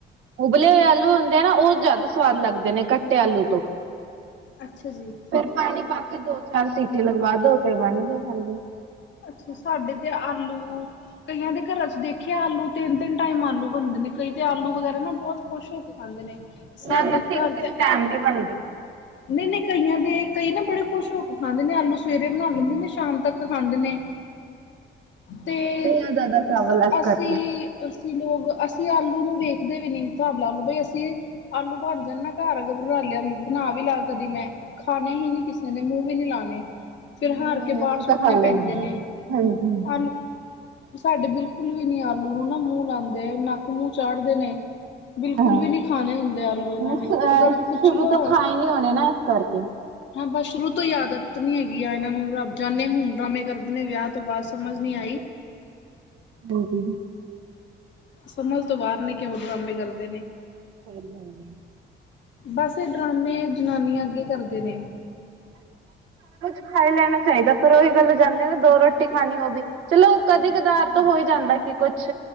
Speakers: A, on the right; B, on the left.
A: ਉਬਲੇ ਹੋਏ ਆਲੂ ਹੁੰਦੇ ਆ ਨਾ ਉਹ ਜ਼ਿਆਦਾ ਸਵਾਦ ਲੱਗਦੇ ਨੇ ਕੱਟੇ ਆਲੂ ਤੋਂ।
B: ਅੱਛਾ ਜੀ।
A: ਫਿਰ ਪਾਣੀ ਪਾ ਕੇ ਦੋ ਚਾਰ ਸੀਟੀ ਲਗਵਾ ਦੋ ਤੇ ਬਣ ਗਏ ਖਾਲੀ।
B: ਅੱਛਾ ਸਾਡੇ ਤੇ ਆਲੂ ਕਈਆਂ ਦੇ ਘਰਾਂ ਚ ਦੇਖਿਆ ਆਲੂ। ਤਿੰਨ ਤਿੰਨ ਟਾਈਮ ਆਲੂ ਬਣਦੇ ਨੇ ਕਈ ਤੇ ਆਲੂ ਵਗੈਰਾ ਨਾ ਬਹੁਤ ਖੁਸ਼ ਹੋ ਕੇ ਖਾਂਦੇ ਨੇ। ਸਾਡੇ
A: ਮੈ ਮੈਂ ਤਿੰਨ
B: ਘਰ
A: ਤਿੰਨ
B: ਤੇ
A: ਟੈਮ ਨਹੀਂ ਬਣਦੇ।
B: ਨਹੀਂ ਨਹੀਂ ਕਈਆਂ ਦੇ ਕਈ ਨਾ ਬੜੇ ਖੁਸ਼ ਹੋ ਕੇ ਖਾਂਦੇ ਨੇ ਆਲੂ ਸਵੇਰੇ ਬਣਾ ਲੈਂਦੇ ਨੇ। ਸ਼ਾਮ ਤੱਕ ਖਾਂਦੇ ਨੇ। ਤੇ
A: ਨਹੀਂ
B: ਅ
A: ਜ਼ਿਆਦਾ ਚਾਵਲ ਇਸ
B: ਅਸੀਂ
A: ਕਰਕੇ
B: ਅਸੀਂ ਲੋਕ ਅਸੀਂ ਆਲੂ ਨੂੰ। ਵੇਖਦੇ ਵੀ ਨੀ ਹਿਸਾਬ ਲਾ ਲਓ ਬਈ ਅਸੀਂ ਆਲੂ ਬਣ ਜਾਣ ਨਾ ਘਰ ਅ ਬਰਾਲਿਆ <inaudible> ਬਣਾ ਕੇ ਵੀ ਲਾ ਕਦੀ ਮੈਂ ਖਾਣੇ ਹੀ ਨਹੀਂ ਕਿਸੇ ਨੇ ਮੂੰਹ ਵੀ ਨੀ ਲਾਉਣੇ। ਫਿਰ
A: ਨਹੀਂ
B: ਹਾਰ ਕੇ ਬਾਹਰ
A: ਅਸੀਂ
B: ਸੁੱਟਣੇ
A: ਤਾਂ ਖਾ ਲੈਂਦੇ
B: ਪੈਂਦੇ ਨੇ।
A: ਹਾਂ ਹਾਂਜੀ ਹਾਂਜੀ
B: ਆਲੂ ਸਾਡੇ ਬਿਲਕੁਲ ਵੀ ਨੀ ਆਲੂ ਨੂੰ ਨਾ ਮੂੰਹ ਲਾਉਂਦੇ ਨਾ। ਨੱਕ ਮੂੰਹ ਚਾੜਦੇ ਨੇ। ਬਿਲਕੁਲ
A: ਹਾਂ
B: ਵੀ ਨਹੀਂ ਖਾਣੇ ਹੁੰਦੇ ਆਲੂ ਇਹਨਾਂ
A: ਨਹੀਂ
B: ਨੇ ਅਗਰ ਪੁੱਛ
A: ਸ਼ੁਰੂ
B: ਲਓ।
A: ਤੋਂ ਖਾਏ ਨੀ ਹੋਣੇ ਨਾ ਇਸ ਕਰਕੇ।
B: ਬੁ ਸ਼ੁਰੂ ਤੋਂ ਆਦਤ ਨੀ ਹੈਗੀ ਐਨਾ ਨੂੰ। ਰੱਬ ਜਾਂਣੇ ਹੁਣ ਡਰਾਮੇ ਕਰਦੇ ਨੇ ਵਿਆਹ ਤੋਂ ਬਾਤ ਸਮਝ ਨਹੀਂ ਆਈ।
A: ਹਾਂਜੀ
B: ਸਮਝ ਤੋਂ ਬਾਹਰ ਨੇ, ਕਿਉਂ ਡਰਾਮੇ ਕਰਦੇ ਨੇ
A: <unintelligible>
B: ਬਸ। ਇਹ ਡਰਾਮੇ ਜਨਾਨੀਆਂ ਅੱਗੇ ਕਰਦੇ ਨੇ।
A: ਖਾਈ ਲੈਣਾ ਚਾਹੀਦਾ। ਪਰ ਉਹੀ ਗੱਲ ਜਾਂਦੇ ਨਾ ਦੋ ਰੋਟੀ ਖਾਣੀ ਉਹ ਵੀ ਚਲੋ। ਉਹ ਕਦੀ- ਕਦਾਰ ਤੋਂ ਹੋਈ ਜਾਂਦਾ ਏ। ਕਿ ਕੁਛ,